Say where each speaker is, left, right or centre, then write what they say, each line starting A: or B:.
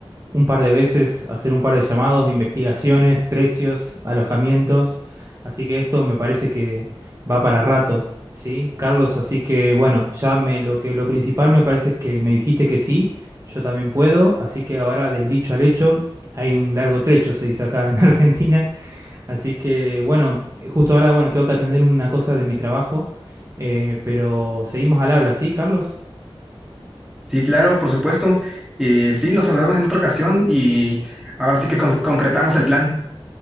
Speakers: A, on the right; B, in the centre.
A: un par de veces, hacer un par de llamados, investigaciones, precios, alojamientos. Así que esto me parece que va para rato, ¿sí? Carlos, así que bueno, ya me, lo que, lo principal me parece es que me dijiste que sí, yo también puedo, así que ahora del dicho al hecho hay un largo trecho, se dice acá en <laughs> Argentina. Así que bueno, justo ahora bueno, tengo que atender una cosa de mi trabajo, eh, pero seguimos al habla, ¿sí, Carlos?
B: Sí, claro, por supuesto. Eh, sí, nos hablamos en otra ocasión y ahora sí que con- concretamos el plan.